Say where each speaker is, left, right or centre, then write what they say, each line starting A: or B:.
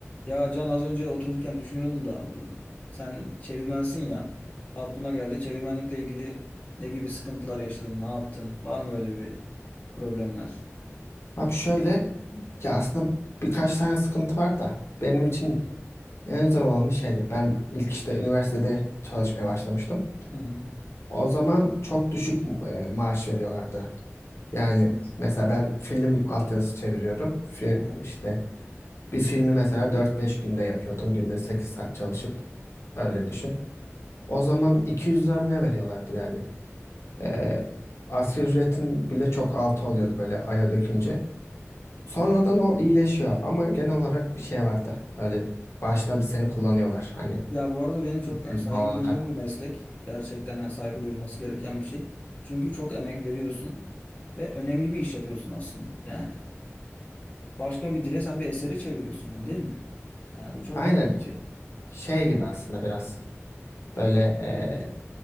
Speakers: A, on the left; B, on the left.
A: Ya Can az önce otururken düşünüyordum da bu- sen çevirmensin ya aklıma geldi çevirmenlikle ilgili ne gibi sıkıntılar yaşadın ne yaptın var mı öyle bir problemler?
B: Abi şöyle ya aslında birkaç tane sıkıntı var da benim için en zor olanı şeydi. Ben ilk işte üniversitede çalışmaya başlamıştım.
A: Hı hı.
B: O zaman çok düşük e, maaş veriyorlardı. Yani
A: Evet.
B: mesela ben film altyazısı çeviriyorum. Fi,
A: Hı hı.
B: işte bir filmi mesela dört beş günde yapıyordum. Günde 8 saat çalışıp öyle düşün. O zaman 200 lira mı ne veriyorlardı yani? E, asgari ücretin bile çok altı oluyordu böyle aya dökünce. Sonradan o iyileşiyor ama genel olarak bir şey vardı. Böyle başta bir seni kullanıyorlar hani
A: Ya bu arada benim çok
B: bir tecrübe
A: yani, saygı
B: alana
A: duyduğum
B: kadar.
A: bir meslek gerçekten yani, saygı duyulması gereken bir şey çünkü çok emek veriyorsun ve önemli bir iş yapıyorsun aslında yani başka bir dile sen bir eseri çeviriyorsun yani değil mi? Yani bu çok
B: Aynen
A: önemli bir şey.
B: şey gibi aslında biraz böyle eee